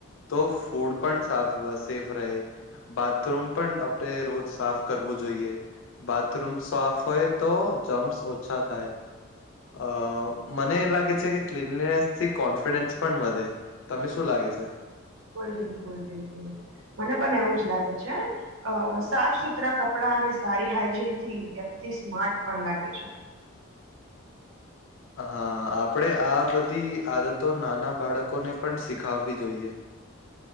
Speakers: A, on the left; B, on the right.
A: તો ફૂડ પણ સાફ સેફ રહે બાથરૂમ પણ આપણે રોજ સાફ. કરવું જોઈએ બાથરૂમ સાફ હોય તો જમ્સ ઓછા થાય. અ મને લાગે છે કે ક્લીનનેસથી કોન્ફિડન્સ પણ વધે તને શું લાગે છે?
B: બિલકુલ બિલકુલ બિલકુલ મને પણ એવું જ લાગે છે. અ સાફ સુથરા કપડા અને સારી હાઈજીન થી વ્યક્તિ સ્માર્ટ પણ લાગે છે.
A: હા આપડે આ બધી આદતો નાના બાળકોને પણ શીખાવવી જોઈએ.